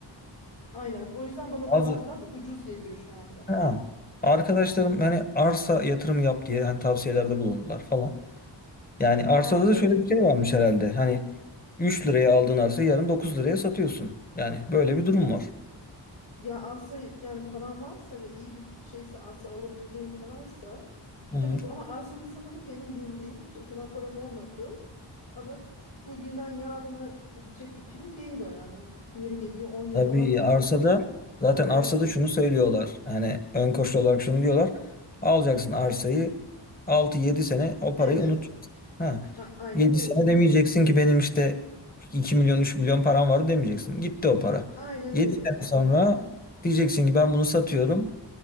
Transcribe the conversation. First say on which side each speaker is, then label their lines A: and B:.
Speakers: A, on the left; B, on the left.
A: Aynen. O yüzden bana
B: Bazı
A: dolar biraz ucuz geliyor şu anda.
B: Ha. Arkadaşlarım hani arsa yatırımı yap diye hani tavsiyelerde bulundular falan. Yani
A: Ya
B: arsada
A: evet.
B: da şöyle bir şey varmış herhalde. Hani 3 liraya aldığın arsayı yarın 9 liraya satıyorsun. Yani böyle bir durum var.
A: Ya alsa yani paran varsa ve iyi bir şeyse alsa alabileceğim paraysa
B: Hı.
A: tabii bu ama alsada sanırım benim bildiğim hiç o kadar param olmadı. Ama bugünden yarına edecek bir prim değil o yani. Yeri geliyor On yıl
B: Tabii
A: falan beklemen
B: arsada
A: gerekiyor.
B: zaten
A: O da
B: arsada
A: öyle bir...
B: şunu
A: Hmm.
B: söylüyorlar. Yani ön koşul olarak şunu diyorlar. Alacaksın arsayı altı yedi sene o
A: Evet.
B: parayı unutacaksın. Ha.
A: A- aynen
B: yedi
A: öyle.
B: sene demeyeceksin ki benim işte 2 milyon 3 milyon param vardı demeyeceksin. Gitti o para.
A: Aynen
B: yedi
A: öyle
B: sene
A: yani.
B: sonra diyeceksin ki ben bunu satıyorum.